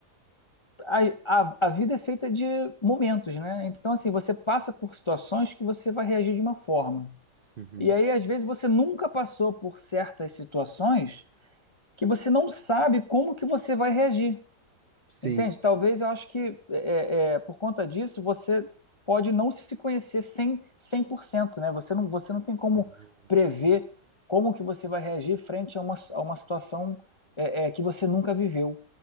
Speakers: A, on the left; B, on the right.
A: a, a, a vida é feita de momentos, né? Então, assim, você passa por situações que você vai reagir de uma forma.
B: Uhum.
A: E aí, às vezes, você nunca passou por certas situações que você não sabe como que você vai reagir.
B: Sim.
A: Entende? Talvez eu acho que é, é, é, por conta disso você pode não se conhecer cem por cento, cem por cento né? Você não, você não tem como
B: Uhum.
A: prever como que você vai reagir frente a uma, a uma situação é, é, que você nunca viveu,